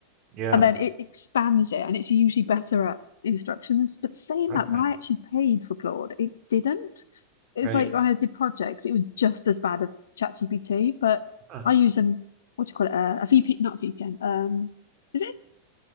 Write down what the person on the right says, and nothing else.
Yeah.
Okay,
right.
Huh.